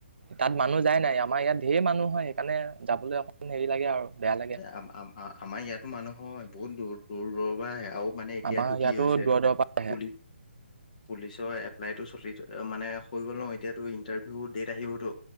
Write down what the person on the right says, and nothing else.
তাত মানুহ যায় নাই? আমাৰ ইয়াত ঢেৰ মানুহ হয় সেইকাৰণে যাবলৈ অকমান হেৰি লাগে আৰু। বেয়া লাগে।
আমাৰ
ইয়াতো
দূৰ দূৰৰ পৰা আহে।